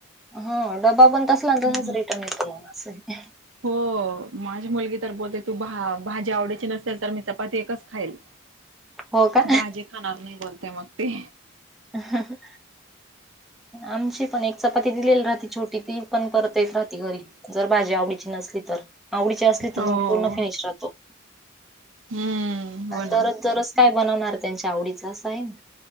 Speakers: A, in the centre; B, on the right (about 65°).
A: ह <unintelligible>
B: हम्म हम्म
A: असं ए
B: हो... माझी मुलगी तर बोलते, तू भा.. भाजी आवडीची नसेल तर मी चपाती एकच खाईल.
A: हो का
B: भाजी खाणार नाही, बोलते मग ती.
A: हं. आमची पण एक चपाती दिलेली राहती... छोटी... ती पण परत येत राहती घरी, जर भाजी आवडीची नसली. ली तर, आवडीची असली तर
B: हो
A: मग पूर्ण फिनिश राहतो.
B: हम्म हो ना
A: दरोज दरोज काय बनवणार त्यांच्या आवडीचं? आसं आहे ना.